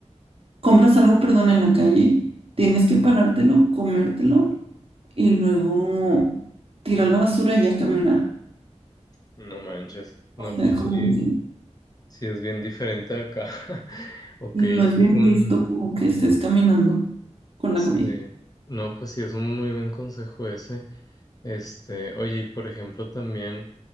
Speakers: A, on the right (about 50°); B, on the left (about 30°).
A: compras algo, perdón, en la calle, tienes que parártelo, comértelo y luego tirar la basura y ya caminar.
B: no manches, no,
A: O sea,
B: pues
A: como
B: sí.
A: que...
B: Sí, es bien diferente acá. <laughs> Ok,
A: Y
B: es
A: no es bien
B: un...
A: visto como que estés caminando con la
B: sí.
A: comida.
B: No, pues sí, es un muy buen consejo ese. Este, oye, y por ejemplo, también